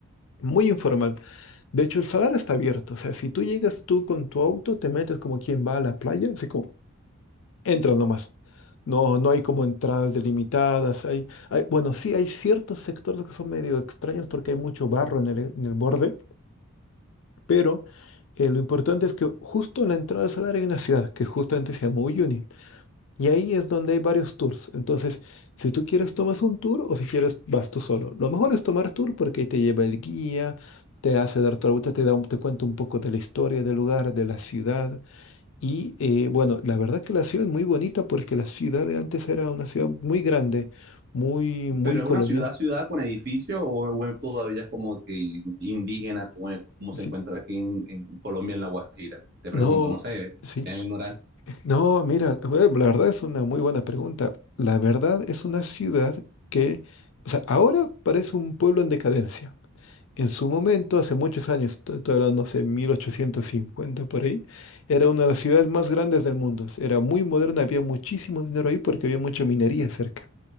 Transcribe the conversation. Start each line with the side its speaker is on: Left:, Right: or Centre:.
Left: muy informal. De hecho, el salar está abierto. O sea, si tú llegas tú con tu auto, te metes como quien va a la playa, así como entras nomás. No, no hay como entradas delimitadas. Hay, hay, bueno, sí hay ciertos sectores que son medio extraños porque hay mucho barro en el, en el borde, pero eh, lo importante es que justo en la entrada del salar hay una ciudad que justamente se llama Uyuni. Y ahí es donde hay varios tours. Entonces, si tú quieres, tomas un tour o si quieres, vas tú solo. Lo mejor es tomar tour porque ahí te lleva el guía, te hace dar toda la vuelta, te da un- te cuenta un poco de la historia del lugar, de la ciudad. Y eh, bueno, la verdad que la ciudad es muy bonita porque la ciudad de antes era una ciudad muy grande, muy, muy
Right: Pero
Left: colonial.
Right: es una ciudad, ciudad con edificios o, o es todavía como que indígena, como, es- como se
Left: Sí.
Right: encuentra aquí en, en Colombia, en La Guajira. Te
Left: No,
Right: pregunto, no sé,
Left: sí.
Right: en la ignorancia.
Left: No, mira, eh, la verdad es una muy buena pregunta. La verdad es una ciudad que, o sea, ahora parece un pueblo en decadencia. En su momento, hace muchos años, estoy estoy hablando hace 1850 por ahí, era una de las ciudades más grandes del mundo. Era muy moderna, había muchísimo dinero ahí porque había mucha minería cerca.